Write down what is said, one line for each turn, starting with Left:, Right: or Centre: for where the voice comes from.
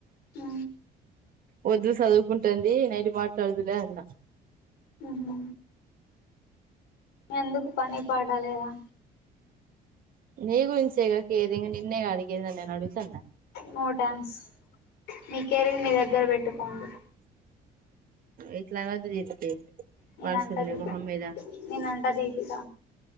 Left: ఆ
Right: వద్దు చదువుకుంటుంది నైట్ మాట్లాడుదులే అన్నా
Left: ఉహు ఎందుకు పని పాటలేదా
Right: నీ గురించే గా కేరింగ్ నిన్నేగ అడిగేది అని నేనుడుగు తున్న
Left: నో ట్యాంక్స్ మీ కేరింగ్ మీ దగ్గర పెట్టుకోండి
Right: ఇట్లా అనొద్దు దీప్తి
Left: నేనంట
Right: మనుషుల్ని
Left: దీ
Right: మొహం మీద
Left: నేనంట దీపిక